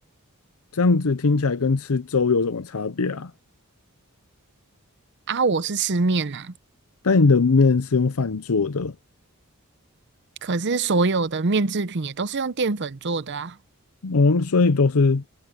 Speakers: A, on the left; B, on the right.
A: 这样子听起来跟吃粥有什么差别啊？
B: 啊，我是吃面呐，
A: 但你的面是用饭做的。
B: 可是所有的面制品也都是用淀粉做的啊。
A: 哦，所以都是